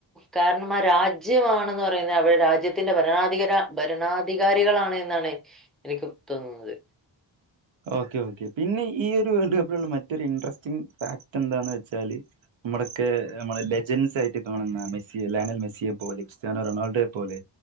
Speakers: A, in the centre; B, on the right.
A: കാരണം ആ രാജ്യമാണന്ന് പറയുന്നത് അവിടെ രാജ്യത്തിന്റെ ഭരണാധിക ഭരണാധികാരികളാ എന്നാണ് എനിക്ക് തോന്നുന്നത്
B: ഓക്കെ ഓക്കെ പിന്നെ ഈ ഒരു വേൾഡ് കപ്പിലുള്ള മറ്റൊരു ഇന്റർസ്റ്റിംഗ് ഫാക്ട് എന്താന്ന് വെച്ചാല് നമ്മുടൊക്കെ നമ്മളെ ലെജൻസ് ആട്ട് കാണുന്ന മെസ്സി ലെനൽ മെസ്സിയെ പോലെ ക്രിസ്ത്യാനോ റൊണാൾഡോയെ പോലെ